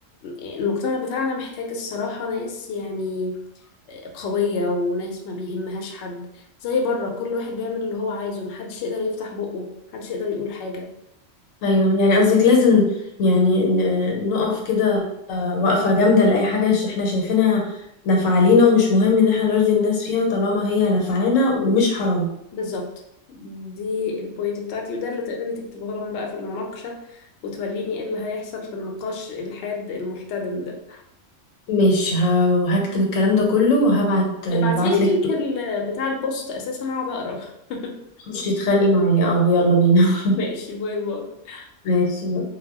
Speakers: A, on the left; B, on the left.
A: المجتمع بتاعنا محتاج الصراحة ناس يعني قوية وناس ما بيهمهاش حد زي بره كل واحد بيعمل اللي هو عايزه محدش يقدر يفتح بقه محدش يقدر يقول حاجة
B: ايوه يعني قصدك لازم يعني ن- نقف كده آه، وقفة جامدة لأي حاجة ش- احنا شايفينها نافعة لينا ومش مهم ان احنا نرضي الناس فيها طالما هي نافعانا ومش حرام
A: بالظبط دي البوينت بتاعتي وده اللي تقدري تكتبه لهم بقى في المناقشة وتوريني ايه اللي هيحصل في النقاش الحاد المحتدم ده
B: مش ه- هكتب الكلام ده كله وهبعت
A: ابعتيلي
B: بعتلك
A: لينك ال- بتاع البوست اساسا اقعد اقرا <laughs>
B: خش تتخانقي معايا اه يلا بينا <laughs>
A: ماشي باي باي
B: ماشي